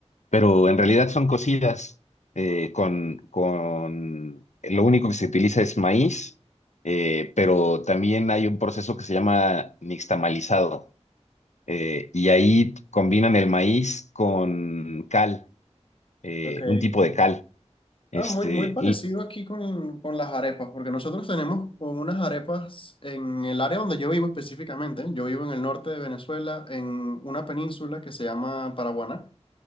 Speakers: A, on the left; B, on the left.
A: pero en realidad son cocidas eh, con, con, lo único que se utiliza es maíz, eh, pero también hay un proceso que se llama nixtamalizado, eh, y ahí combinan el maíz con cal, eh,
B: ok.
A: un tipo de cal. Este,
B: Ah, muy, muy parecido
A: l-
B: aquí con, con las arepas, porque nosotros tenemos como unas arepas en el área donde yo vivo específicamente. Yo vivo en el norte de Venezuela, en una península que se llama Paraguaná,